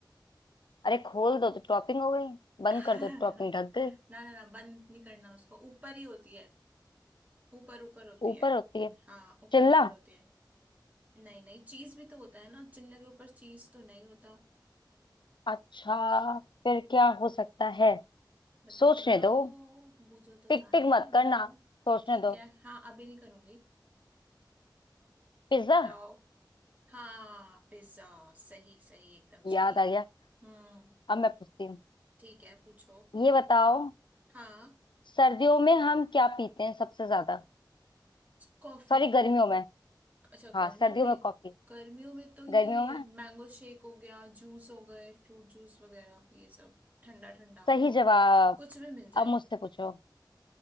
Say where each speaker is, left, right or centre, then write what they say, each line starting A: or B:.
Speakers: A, on the left; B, on the right.
A: अरे खोल दो तो टॉपिंग हो गई बंद
B: <laughs>
A: कर दो तो टॉपिंग ढक गई
B: ना ना ना बंद नहीं करना उसको ऊपर ही होती है ऊपर ऊपर होती
A: ऊपर
B: है
A: होती है
B: हाँ ऊपर
A: चिल्ला
B: ऊपर होती है नहीं नहीं चीज भी तो होता है ना चिल्ले के ऊपर चीज तो नहीं होता
A: अच्छा फिर क्या हो सकता है
B: बताओ
A: सोचने
B: बताओ
A: दो
B: बूझो तो
A: टिक
B: जाने
A: टिक मत करना
B: बताओ
A: सोचने
B: ठीक
A: दो
B: है हाँ अभी नहीं करूंगी
A: पिज्जा
B: बताओ हाँ पिज्जा सही सही एकदम सही
A: याद आ गया
B: हम्म
A: अब मैं पूछती हूँ
B: ठीक है पूछो
A: ये बताओ
B: हाँ
A: सर्दियों में हम क्या पीते हैं सबसे ज्यादा
B: कॉफी
A: सॉरी गर्मियों में
B: अच्छा
A: हाँ
B: गर्मियों
A: सर्दियों
B: में
A: में कॉफी
B: गर्मियों में तो ये
A: गर्मियों में
B: मैंगो शेक हो गया जूस हो गए फ्रूट जूस वगैरह ये सब ठंडा ठंडा
A: सही
B: जो
A: जवाब
B: कुछ भी मिल जाए
A: अब मुझसे पूछो